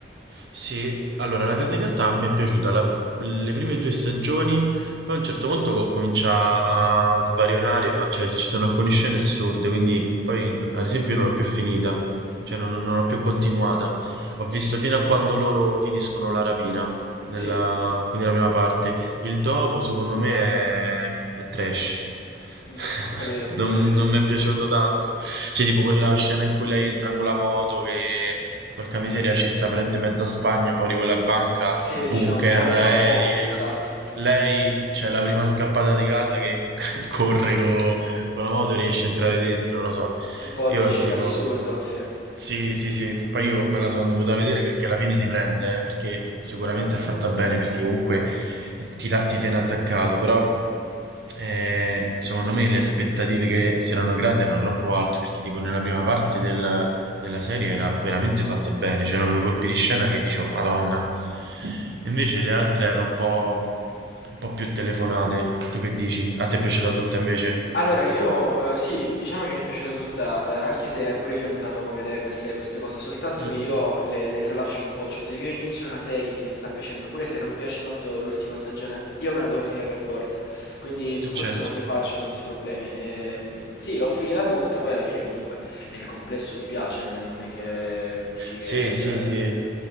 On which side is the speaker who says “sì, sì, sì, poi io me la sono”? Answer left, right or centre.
Right